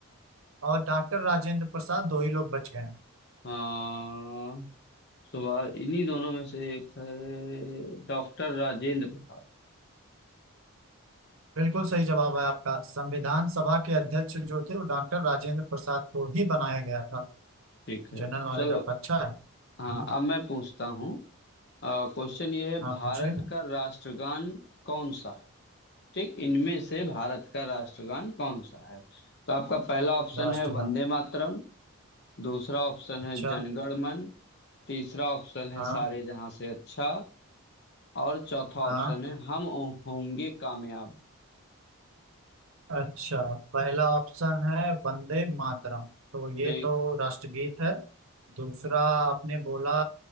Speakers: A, on the right; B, on the left.
A: और डॉक्टर राजेंद्र प्रसाद दो ही लोग बच गए हैं
B: हाँ सुभाष इन्हीं दोनों में से एक है डॉक्टर राजेंद्र प्रसाद
A: बिल्कुल सही जवाब है आपका संविधान सभा के अध्यक्ष जो थे वो डॉक्टर राजेंद्र प्रसाद को ही बनाया गया था
B: ठीक है
A: जनरल नॉलेज
B: चलो
A: आपका अच्छा है हम्म,
B: हाँ अब मैं पूछता हूँ क्वेश्चन ये है
A: हाँ
B: भारत
A: पूछे
B: का राष्ट्रगान कौन सा है ठीक इनमें से भारत का राष्ट्रगान कौन सा है तो आपका पहला ऑप्शन
A: राष्ट्रगान
B: है वंदे मातरम दूसरा ऑप्शन
A: अच्छा
B: है जनगण मन तीसरा ऑप्शन है
A: हाँ
B: सारे जहां से अच्छा और चौथा
A: हाँ
B: ऑप्शन है हम होंगे कामयाब
A: अच्छा पहला ऑप्शन है वंदे मातरम तो ये
B: ठीक
A: तो राष्ट्रगीत है दूसरा आपने बोला